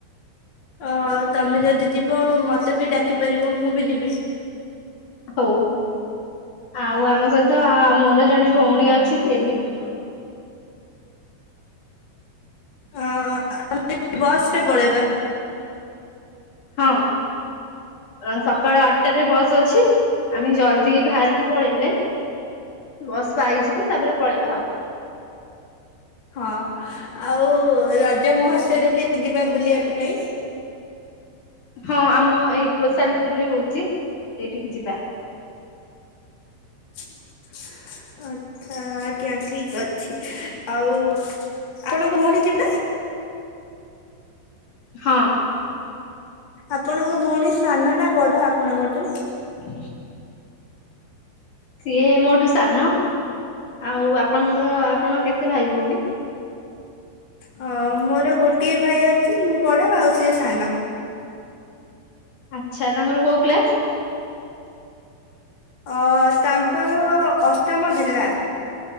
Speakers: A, on the left; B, on the left.
A: ଅ ତମେ ଯଦି ଯିବ ମତେ ବି ଡାକି ପାରିବ ମୁଁ ବି ଯିବି।
B: ହଉ ଆଉ ଆମ ସହିତ ଆ ମୋର ଜଣେ ଭଉଣୀ ଅଛି ସିଏ ବି ଯିବ।
A: ହଁ ଆମେ ବସରେ ପଳେଇବା।
B: ହଁ ଅ ସକାଳ ଆଠଟାରେ ବସ୍ ଅଛି। ଆମେ ଜଲଦି ବାହାରିକି ପଳେଇଲେ ବସ୍ ପାଇଯିବା, ତାପରେ ପଳେଇବା ଆଉ।
A: ହଁ ଆଉ ରଜ ମହୋତ୍ସବ ବି ଯିବା ବୁଲିବା ପାଇଁ।
B: ହଁ ଆମ ଏଇ ଖୋସାଲପୁର ରେ ହଉଚି ସେଇଠିକି ଯିବା।
A: <inaudible> ଆଚ୍ଛା ଆଜ୍ଞା ଠିକ ଅଛି ଆଉ ଆପଣଙ୍କ ଭଉଣୀ କି ନା
B: ହଁ।
A: ଆପଣଙ୍କ ଭଉଣୀ ସାନ ନା ବଡ ଆପଣଙ୍କଠୁ।
B: <inaudible> ସିଏ ମୋ ଠୁ ସାନ ଆଉ ଆପଣଙ୍କର ଆପଣ କେତେ ଭାଇ ଭଉଣୀ?
A: ହଁ ମୋର ଗୋଟିଏ ଭାଇ ଅଛି ମୁଁ ବଡ ଆଉ ସିଏ ସାନ।
B: ଆଚ୍ଛା ତାଙ୍କର କୋଉ କ୍ଲାସ୍।
A: ଅ ତାଙ୍କର ଅଷ୍ଟମ ହେଲା।